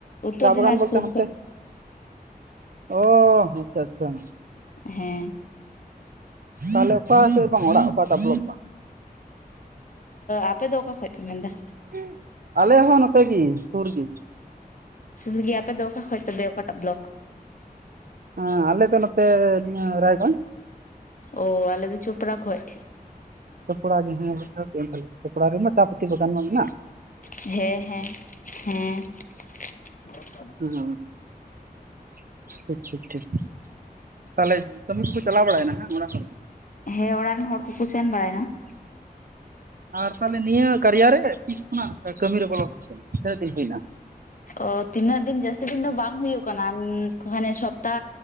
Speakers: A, on the left (about 55°); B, on the right (about 65°).
A: ᱩᱛᱛᱚᱨ
B: ᱪᱟ ᱵᱟᱜᱟᱱ
A: ᱫᱤᱱᱟᱡᱽᱯᱩᱨ
B: ᱵᱚᱞᱛᱮ ᱦᱟᱱᱛᱮ,
A: ᱠᱷᱚᱡ
B: <inaudible> ᱚ ᱟᱪᱪᱷᱟ ᱟᱪᱪᱷᱟ ᱾
A: ᱦᱮᱸ᱾ <inaudible>
B: <inaudible> ᱛᱟᱞᱦᱮ ᱚᱠᱟ ᱥᱮ ᱵᱟᱝ ᱚᱲᱟᱜ ᱚᱠᱟ ᱴᱟᱜ ᱵᱚᱞᱚᱠ ᱵᱟᱝ?
A: <inaudible> ᱟᱯᱮ ᱫᱚ ᱚᱠᱟ ᱠᱷᱚᱡ ᱯᱮ ᱢᱮᱱ ᱫᱟ?
B: <inaudible> ᱟᱞᱮ ᱦᱚᱸ ᱱᱚᱛᱮ ᱜᱤ ᱥᱩᱨ ᱜᱤ ᱾
A: ᱥᱩᱨ ᱜᱮ ᱟᱯᱮ ᱫᱚ ᱚᱠᱟ ᱠᱷᱚᱡ ᱛᱚᱵᱮ ᱚᱠᱟ ᱴᱟᱜ ᱵᱞᱚᱠ?
B: ᱮᱸ ᱟᱞᱮ ᱫᱚ ᱱᱚᱛᱮ <inaudible> ᱨᱟᱭᱜᱚᱸᱡ ᱾
A: ᱚ ᱟᱞᱮ ᱫᱚ ᱪᱚᱯᱲᱟ ᱠᱷᱚᱡ ᱾
B: ᱪᱚᱯᱲᱟ ᱜᱮ ᱦᱮᱸ <unintelligible> ᱪᱚᱯᱲᱟ ᱨᱮ ᱢᱟ ᱪᱟ ᱯᱟᱹᱛᱤ ᱫᱚᱜᱟᱱ ᱢᱟ ᱢᱮᱱᱟᱜ ᱾
A: ᱦᱮᱸ ᱦᱮᱸ ᱦᱮᱸ ᱾ <inaudible>
B: ᱦᱩᱸ <inaudible> ᱴᱷᱤᱠ ᱴᱷᱤᱠ ᱾ ᱛᱟᱦᱞᱮ ᱠᱟᱹᱢᱤ ᱠᱚᱠᱚ ᱪᱟᱞᱟᱣ ᱵᱟᱲᱟᱭᱱᱟ ᱦᱟᱝ ᱚᱲᱟᱜ ᱦᱚᱲ?
A: ᱦᱮᱸ ᱚᱲᱟᱜ ᱨᱮᱱ ᱦᱚᱲ ᱠᱚᱠᱚ ᱥᱮᱱ ᱵᱟᱲᱟᱭᱱᱟ ᱾
B: ᱟᱨ ᱛᱟᱞᱦᱮ ᱱᱤᱭᱟᱹ ᱠᱟᱨᱤᱭᱟᱨ ᱨᱮ ᱛᱤᱥ ᱠᱷᱚᱱᱟᱜ ᱠᱟᱹᱢᱤ ᱨᱮ ᱵᱚᱞᱚ ᱦᱩᱭ ᱠᱟᱱᱟ? ᱛᱤᱱᱟᱹᱜ ᱫᱤᱱ ᱦᱩᱭᱱᱟ?
A: ᱚ ᱛᱤᱱᱟᱹᱜ ᱫᱤᱱ ᱡᱟᱹᱥᱛᱤ ᱫᱤᱱ ᱫᱚ ᱵᱟᱝ ᱦᱩᱭᱩᱜ ᱠᱟᱱᱟ, <inaudible> ᱦᱟᱱᱮ ᱥᱚᱯᱛᱟ